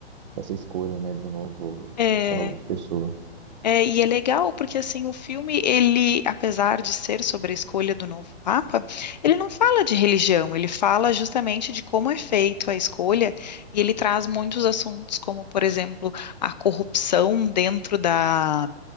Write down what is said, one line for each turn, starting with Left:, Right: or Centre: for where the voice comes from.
Right: essa escolha, né, de um novo,
Left: É,
Right: dessa nova pessoa.
Left: É, e é legal porque assim o filme ele, apesar de ser sobre a escolha do novo papa, ele não fala de religião, ele fala justamente de como é feito a escolha e ele traz muitos assuntos como, por exemplo, a corrupção dentro da